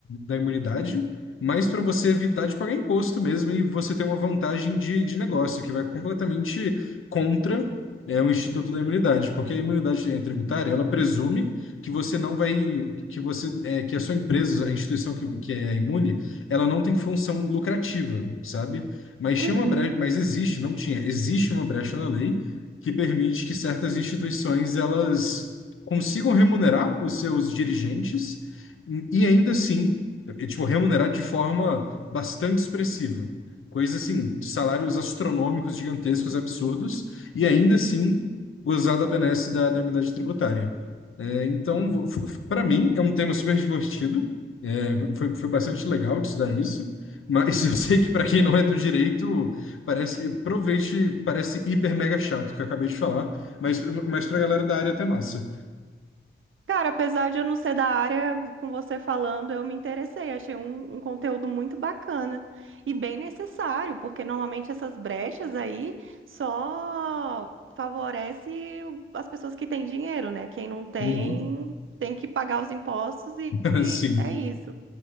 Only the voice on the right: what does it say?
uhum.
Cara, apesar de eu não ser da área, com você falando, eu me interessei. Achei um, um conteúdo muito bacana e bem necessário, porque normalmente essas brechas aí só favorece o- as pessoas que têm dinheiro, né? Quem não tem,
tem que pagar os impostos e,
e
é isso.